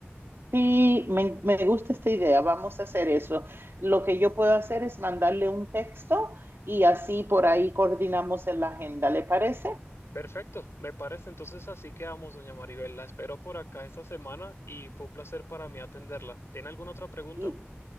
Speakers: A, on the right; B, on the left.
A: Sí, me, me gusta esta idea, vamos a hacer eso. Lo que yo puedo hacer es mandarle un texto y así por ahí coordinamos en la agenda, ¿le parece?
B: Perfecto, me parece. Entonces así quedamos, doña Maribel. La espero por acá esta semana y fue un placer para mí atenderla. ¿Tiene alguna otra pregunta?
A: Y